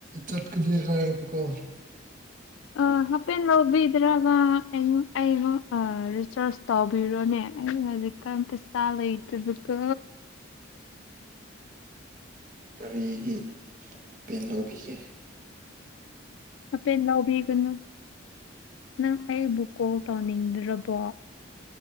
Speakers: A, on the right; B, on the left.
A: ꯆꯠꯀ ꯍꯥꯏꯕꯀꯣ
B: ꯑ ꯍꯥꯐꯦꯠ ꯂꯧꯕꯤꯗ꯭ꯔꯒ ꯑꯩ ꯑꯩꯕꯨ ꯔꯤꯆꯥꯔꯁ ꯇꯧꯕꯤꯔꯣꯅꯦ ꯑ ꯍꯧꯖꯤꯛ ꯀꯝꯇ ꯆꯂ ꯏꯇꯗꯨꯀ
A: ꯀꯔꯤꯒꯤ ꯄꯦꯟ ꯂꯧꯕꯤꯒꯦ
B: ꯑꯄꯥ ꯑꯦ ꯎꯕꯦꯒꯅ ꯅꯪ ꯑꯩꯕꯨ ꯀꯣꯜ ꯇꯧꯅꯤꯡꯗ꯭ꯔꯕꯣ